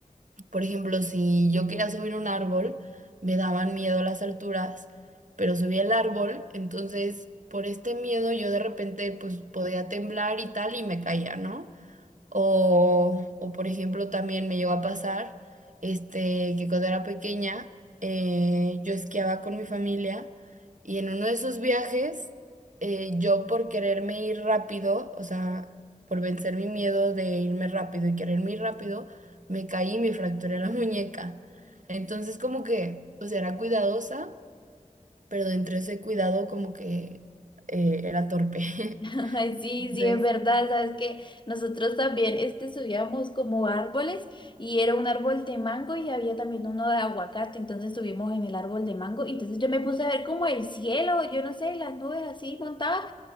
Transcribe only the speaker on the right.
por ejemplo, si yo quería subir un árbol, me daban miedo las alturas, pero subí el árbol, entonces... Por este miedo yo de repente pues podía temblar y tal y me caía, ¿no? O, o, por ejemplo, también me llegó a pasar este, que cuando era pequeña eh, yo esquiaba con mi familia y en uno de esos viajes eh, yo por quererme ir rápido, o sea, por vencer mi miedo de irme rápido y quererme ir rápido, me caí y me fracturé la <laughs> muñeca. Entonces como que, o sea, era cuidadosa, pero dentro de ese cuidado como que eh, era torpe. <laughs>
Entonces...